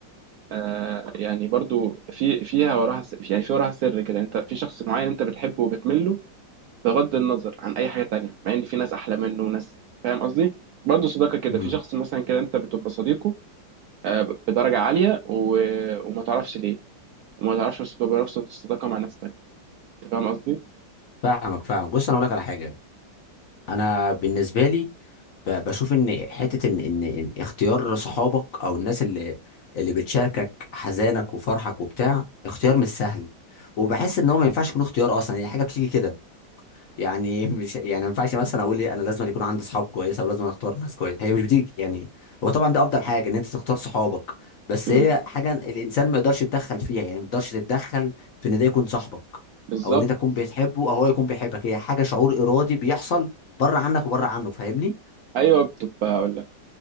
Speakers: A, on the right (about 75°); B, on the left (about 55°).
A: آه يعني برضو في فيها وراها سر يعني في وراها سر كده انت في شخص معين انت بتحبه وبتمله بغض النظر عن اي حاجه تانية مع ان في ناس احلى منه وناس فاهم قصدي برضو صداقه كده
B: امم
A: في شخص مثلا كده انت بتبقى صديقه آه، بدرجة عالية و... وما تعرفش ليه وما تعرفش بس تبقى نفس الصداقة مع ناس تانية انت فاهم قصدي؟
B: فاهمك فاهمك بص انا اقول لك على حاجه انا بالنسبه لي ب- بشوف ان حته ان ان إن اختيار صحابك او الناس اللي اللي بتشاركك حزانك وفرحك وبتاع اختيار مش سهل وبحس ان هو ما ينفعش يكون اختيار اصلا هي حاجه بتيجي كده يعني <laughs> مش يعني ما ينفعش مثلا اقول إيه انا لازم يكون عندي صحاب كويسه ولازم اختار ناس كويسه هي مش بتيجي يعني هو طبعا ده افضل حاجه ان انت تختار صحابك بس
A: مم.
B: هي حاجه الانسان ما يقدرش يتدخل فيها يعني ما يقدرش تتدخل في ان ده يكون صاحبك
A: بالظبط
B: او ان انت تكون بتحبه او هو يكون بيحبك هي حاجه شعور ارادي بيحصل بره عنك وبره عنه فاهمني
A: ايوه بتبقى اقول لك